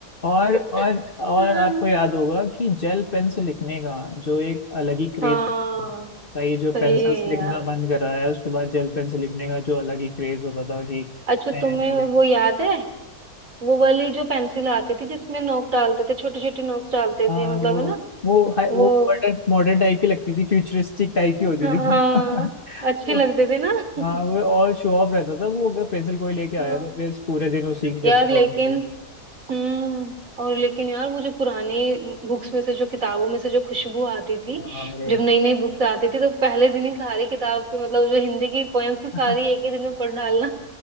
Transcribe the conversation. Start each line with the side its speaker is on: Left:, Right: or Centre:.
Left: और
Right: <laughs>
Left: और और आपको याद होगा कि जेल पेन से लिखने का जो एक अलग ही क्रेज
Right: हाँ
Left: भाई जो
Right: सही
Left: पेंसिल
Right: है
Left: से लिखना
Right: यार
Left: बंद करा है उसके बाद जेल पेन से लिखने का जो अलग ही क्रेज होता था कि
Right: अच्छा
Left: नया
Right: तुम्हें
Left: नया लिख
Right: वो याद है वो वाली जो पेंसिल आती थी जिसमें नोक डालते थे छोटी छोटी नोक्स डालते
Left: हाँ
Right: थे मतलब
Left: वो
Right: है ना
Left: वो हाय-
Right: वो
Left: वो मॉडर्न मॉडर्न टाइप की लगती थी फ्यूचरिस्टिक टाइप की होती
Right: हाँ
Left: थी <laughs>
Right: अच्छी
Left: तो,
Right: लगते थे ना <laughs>
Left: हाँ वो और शो ऑफ रहता था वो अगर पेंसिल कोई लेके आया
Right: हाँ
Left: तो फिर पूरे दिन उसी की चर्चा
Right: यार लेकिन
Left: होती है
Right: हम्म और लेकिन यार वो जो पुरानी बुक्स में से जो किताबों में से जो खुशबू आती थी
Left: अरे
Right: जब नई नई बुक्स आती थी तो पहले दिन ही सारी किताब की मतलब जो हिंदी की पोएम्स थी सारी
Left: <laughs>
Right: एक ही दिन में पढ़ डालना